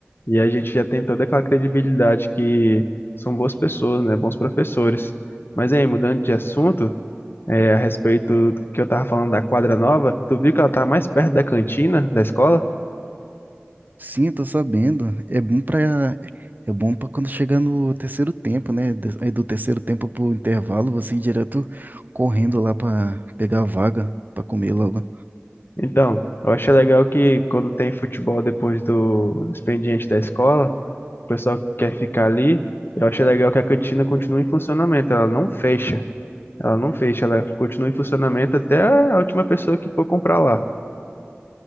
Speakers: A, on the left; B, on the right.
A: e a gente já tem toda aquela credibilidade que são boas pessoas, né? Bons professores. Mas aí, mudando de assunto, é, a respeito do que eu tava falando da quadra nova, tu viu que ela tá mais perto da cantina da escola?
B: Sim, eu tô sabendo. É bom pra é bom para quando chegar no terceiro tempo, né? De- Aí do terceiro tempo pro intervalo, você ir direto correndo lá pra pegar a vaga pra comer logo.
A: Então, eu achei legal que quando tem futebol depois do expediente da escola, o pessoal que quer ficar ali, eu achei legal que a cantina continua em funcionamento, ela não fecha. Ela não fecha, ela continua em funcionamento até a última pessoa que for comprar lá.